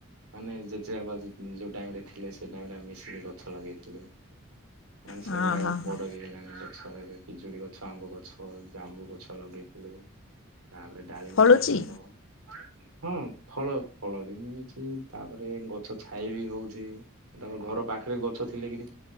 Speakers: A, on the right; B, on the left.
A: ମାନେ ଜେଜେବାପା ଯୋଉ ଟାଇମରେ ଥିଲେ, ସେ ଟାଇମରେ ଆମେ ମିଶିକି ଗଛ ଲଗେଇ ଥିଲୁ, ମାନେ ସେଗୁଡାକ
B: ହଁ ହଁ ହଁ
A: ବଡ ବି ହେଲାଣି ଗ ଛ, ଏବେ ପିଜୁଳି ଗଛ, ଆମ୍ବ ଗଛ, ଜାମୁ ଗଛ ଲଗେଇଥିଲୁ। ତାପରେ ଡାଳିମ୍ବ
B: ଫଳୁଛି
A: ଗଛ। ହୁଁ, ଫଳ ଫଳ ବି ମିଳୁଛି ତାପରେ ଗଛ ଛାଇ ବି ହଉଛି। ତାପରେ ଘର ପାଖରେ ଗଛ ଥିଲେ କିରି